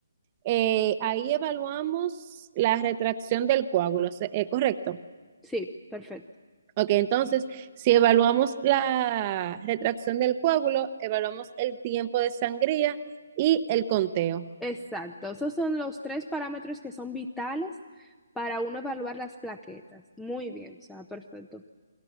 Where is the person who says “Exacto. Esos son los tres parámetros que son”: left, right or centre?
Centre